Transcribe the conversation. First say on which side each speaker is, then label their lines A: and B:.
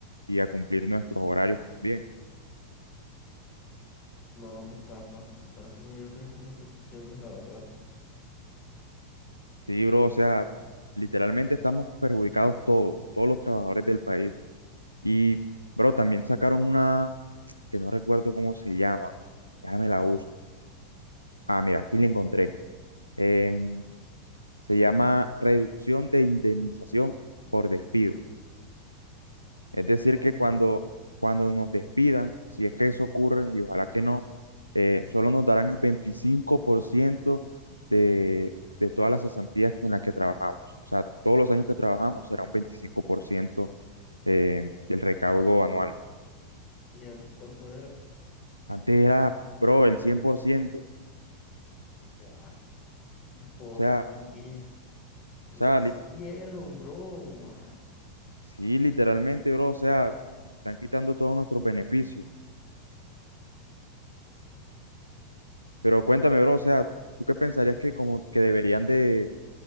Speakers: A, on the left; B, on the left.
A: y a cumplir nuestros horarios bien.
B: No, qué estafa. Me parecen muy horribles esas decisiones, la verdad.
A: Sí, bro, o sea, literalmente estamos perjudicados todos, todos los trabajadores del país. Y, bro, también sacaron una que no recuerdo cómo se llama. Déjame la busco. Ah, mira, aquí la encontré. Em, se llama reducción de indemnización por despido. Es decir,
B: ¿Cómo
A: que
B: así?
A: cuando, cuando nos despidan, si es que eso ocurre, y ojalá que no, eh, solo nos darán el 25% de, de todas las cesantías en las que trabajamos. O sea, todos los años que trabajamos será un 25% eh, del recaudo anual.
B: ¿Y antes cuánto era?
A: Antes era, bro, el 100%.
B: what? ¿Y por
A: O sea,
B: y qué? ¿Qué
A: o sea,
B: hicieron,
A: li-
B: bro? What?
A: sí, literalmente, bro, o sea, están quitando todos nuestros beneficios. Pero cuéntame, bro, o sea, ¿tú qué pensarías que como que deberían de